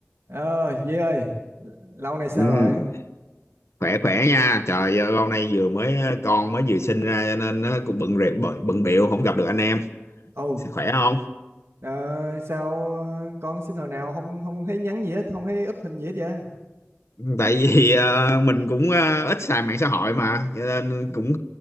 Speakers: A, on the right; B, on the left.
A: Ờ, Duy ơi, lâu nay sao
B: Ừ,
A: rồi?
B: khỏe khỏe nha trời ơi, lâu nay vừa mới ờ, con mới vừa sinh ra cho nên nó cũng bận rệp bận bận bịu không gặp được anh em
A: Ồ,
B: khỏe không
A: ờ, sao ờ, con xin hồi nào không không thấy nhắn gì hết, không thấy up hình gì hết vậy? Ừ,
B: tại vì ờ, mình cũng ờ, ít xài mạng xã hội mà cho nên cũng